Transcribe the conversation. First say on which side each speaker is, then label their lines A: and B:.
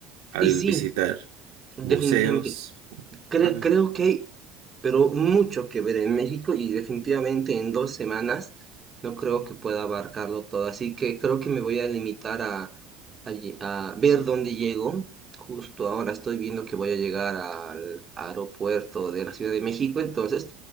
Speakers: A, on the right; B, on the right.
A: al
B: Y sí,
A: visitar
B: definitivamente.
A: museos.
B: cre-
A: Ah, no.
B: creo que hay pero mucho que ver en México y definitivamente en dos semanas no creo que pueda abarcarlo todo, así que creo que me voy a limitar a, a lle- a ver dónde llego. Justo ahora estoy viendo que voy a llegar al aeropuerto de la Ciudad de México, entonces